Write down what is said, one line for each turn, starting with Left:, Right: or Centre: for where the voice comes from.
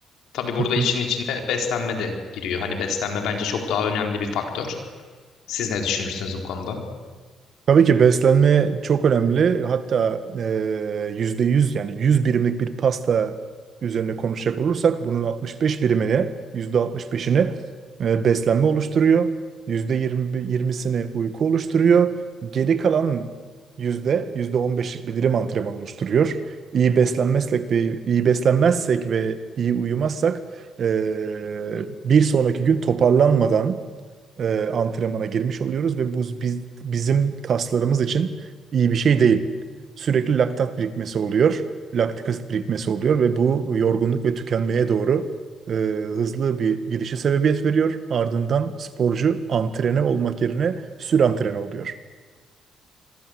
Left: Tabii burada
Right: Hı
Left: işin
Right: hı.
Left: içine beslenme de giriyor. Hani beslenme bence çok daha önemli bir faktör. Siz ne düşünürsünüz bu konuda?
Right: Tabii ki beslenme çok önemli. Hatta eee, yüzde yüz yani 100 birimlik bir pasta üzerine konuşacak olursak bunun 65 birimini, yüzde 65'ini eee, beslenme oluşturuyor. Yüzde 20'sini uyku oluşturuyor. Geri kalan yüzde, yüzde 15'lik bir dilim antrenman oluşturuyor. İyi beslenmezsek ve iyi beslenmezsek ve iyi uyumazsak eee, bir sonraki gün toparlanmadan e, antrenmana girmiş oluyoruz ve bu biz, bizim kaslarımız için iyi bir şey değil. Sürekli laktat birikmesi oluyor, laktik asit birikmesi oluyor ve bu yorgunluk ve tükenmeye doğru e, hızlı bir gidişe sebebiyet veriyor. Ardından sporcu antrene olmak yerine sürantrene oluyor.